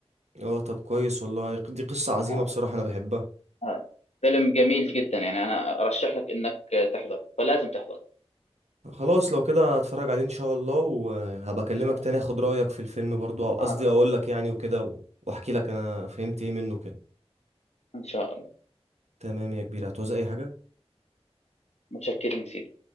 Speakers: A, on the right; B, on the left.
A: اه طب كويس والله دي قصة عظيمة
B: آه،
A: بصراحة انا بحبها
B: آه، فيلم جميل جدا يعني أنا أرشح لك إنك تحضر فلازم تحضر
A: خلاص لو كده هتفرج عليه ان شاء الله وهبقى اكلمك
B: إن شاء
A: تاني
B: الله
A: اخد رأيك في الفيلم برضو او قصدي
B: على طول
A: اقول لك يعني وكده و- واحكي لك انا فهمت ايه منه كده
B: إن شاء الله
A: تمام يا كبير هتعوز اي حاجة
B: متشكرين سيدي